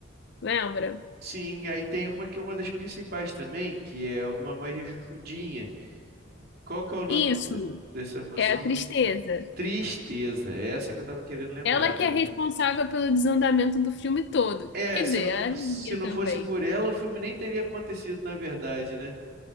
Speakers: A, on the left; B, on the right.
A: lembra?
B: Sim, aí tem uma que é uma das principais também, que é uma mais rechonchudinha. Qual que é o nome
A: Isso
B: de- dessa emoção?
A: é a tristeza.
B: mesmo? Tristeza. É essa que eu tava querendo lembrar,
A: Ela
B: beleza.
A: que é responsável pelo desandamento do filme todo.
B: É,
A: Quer
B: se
A: dizer,
B: não,
A: a alegria
B: se não
A: também.
B: fosse por ela, o filme nem teria acontecido, na verdade, né?